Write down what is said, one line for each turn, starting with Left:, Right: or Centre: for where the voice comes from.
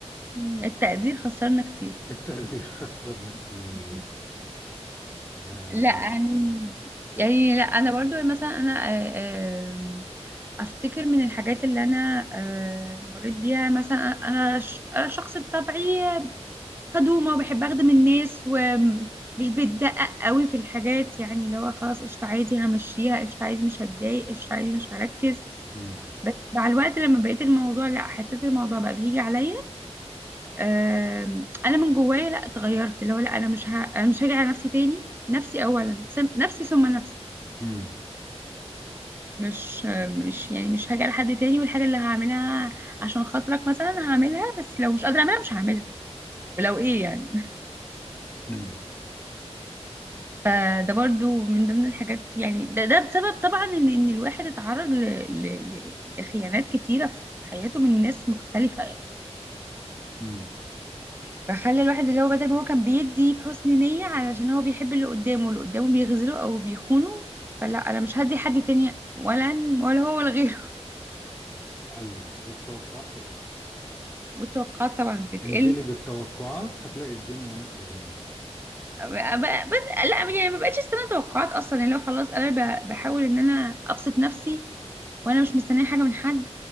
Right: مم. التقدير خسرنا كتير
Left: التقدير <laughs> خسرنا كتير
Right: <laughs>
Left: آم،
Right: لا أنا- يعني لا انا برضو مثلا انا آه، آم، افتكر من الحاجات اللي انا آه، مريت بيها مثلا انا ش- انا شخص بطبعي خدومة وبحب أخدم الناس ومش بتدقق قوي في الحاجات يعني لو خلاص قشطة عادي همشيها قشطة عادي مش هتضايق قشطة عادي مش هركز
Left: مم،
Right: بس مع الوقت لما بقيت الموضوع لا حسيت الموضوع بقى بيجي عليا آم، أنا من جوايا لا اتغيرت لو لا أنا مش ه... أنا مش هاجي على نفسي تاني نفسي أولا سم... نفسي ثم نفسي
Left: مم،
Right: مش مش يعني مش هاجي على حد تاني والحاجة اللي هعملها عشان خاطرك مثلا هعملها بس لو مش قادرة أعملها مش هعملها ولو إيه يعني
Left: مم،
Right: فده برضو من ضمن الحاجات يعني ده ده بسبب طبعا ان ان الواحد اتعرض ل... ل... ل- لخيانات كتيرة في حياته من ناس مختلفة يعني
Left: مم.
Right: فخلى الواحد اللي هو بدل ما هو كان بيدي بحسن نية علشان هو بيحب اللي قدامه اللي قدامه بيغزله او بيخونه فلا انا مش هدي حد تاني ولا أن- ولا هو ولا غيره <laughs>
Left: ايوه والتوقعات تقل
Right: والتوقعات طبعا بتقل
Left: انزلي بالتوقعات هتلاقي الدنيا ماشية جميلة
Right: أب- أب- بس لا يعني ما بقتش استنى توقعات اصلا يعني لو خلاص انا ب- بحاول ان انا ابسط نفسي وانا مش مستنيه حاجه من حد